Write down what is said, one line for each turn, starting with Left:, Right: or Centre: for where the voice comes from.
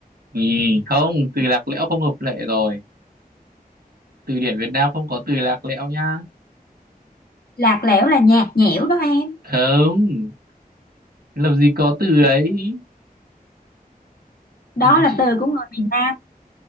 Right: Ừ, không, từ lạc lẽo không hợp lệ rồi. Từ điển Việt Nam không có từ lạc lẽo nhá.
Left: lạc lẽo là nhạt nhẽo đó em.
Right: Không, làm gì có từ ấy.
Left: Đó
Right: Ừ,
Left: là
Right: Chị
Left: từ của người miền Nam.